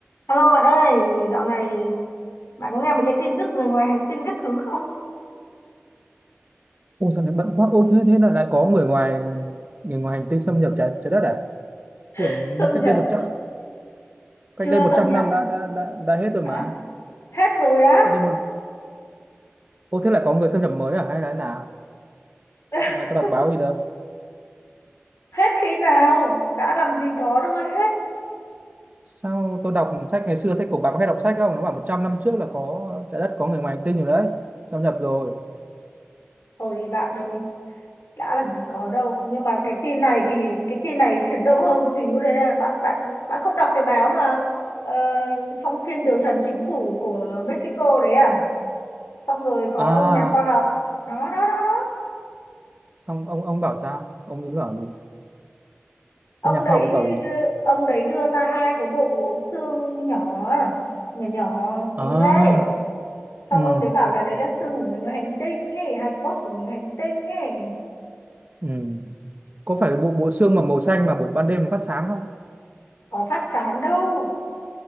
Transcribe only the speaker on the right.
Ôi sao lại bận quá ô thế thế là lại có người ngoài người ngoài hành tinh xâm nhập trái trái đất à
tưởng
như cách
đây một trăm
cách đây một
trăm
năm đã đã đã, đã hết rồi
mà
cách đây một ô thế lại có người xâm nhập mới à hay là thế nào
hôm nay có đọc báo gì đâu
sao tôi đọc sách ngày xưa sách của bà có hay đọc sách không nó bảo 100 năm trước là có trái đất có người ngoài hành tinh rồi đấy xâm nhập rồi
à
xong ông ông bảo sao ông ấy bảo gì
cái nhà
khoa học ấy bảo gì
à
ừ
ừ có phải bộ bộ xương mà màu xanh mà buổi ban đêm phát sáng không